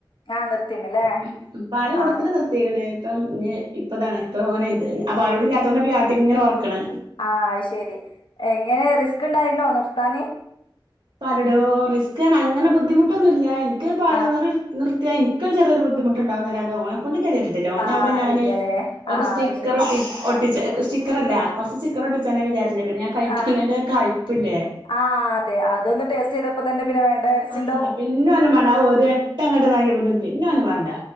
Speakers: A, on the left; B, on the right.
A: ആഹ് നിർത്തിണ്ല്ലേ
B: ഉം പാല് കൊടുക്കല്
A: ആഹ്
B: നിർത്തിക്കിണ്. ഇപ്പം ഇ ഇപ്പതാണ് ഇപ്പൊ ഒന് ഇത് ആ പാലുടില്ലാത്തോണ്ടപൊ ഇ ആട്ടിങ്ങനെ ഒറക്കണ്.
A: ആഹ് അയ് ശെരി എങ്ങനെ റിസ്ക് ഇണ്ടായിന്നോ നിർത്താന്?
B: പലടോ റിസ്ക്ന്ന അങ്ങനെ ബുദ്ധിമുട്ടൊന്നുല്ല ഇനിക്ക് പല
A: ആഹ്
B: നേര നിർത്തിയാ ഇൻ ക്കൊരു ചറിയരു ബുദ്ധിമുണ്ടാവുംന്നല്ലതെ ഓ നെ കൊണ്ട് കെതികെട്ടിട്ടില്ല ഓന്
A: ആഹ്
B: അവടെ ഞാന്
A: ഇല്ലല്ലേ
B: ഒരു
A: ആഹ്
B: സ്റ്റിക്കർ
A: അത് ശരി
B: ഒട്ടിച് ഒട് ട്ടിച്ച സ്റ്റിക്കറല്ല ഫസ്റ്റ് സ്റ്റിക്കറൊട്ടിചാ നാ വിചാരിചീനെ പിന്നെ ഞാൻ കൈപ്പങ്ങടെ
A: ആഹ്
B: കയ്പ്പില്ലേ.
A: ആഹ് അതെ അതൊന്ന് ടേസ്റ്റ്യ്തപ്പോ തന്നെ പിന്നെ വേണ്ടരിച്ചുണ്ടാവും.
B: ആ പിന്നെ ഒന് വേണ്ട ആഹ് ഒരട്ടങട്ട് ഇതാക്കിയേപ്പത്തന്നെ പിന്നെ ഓന് വാണ്ട.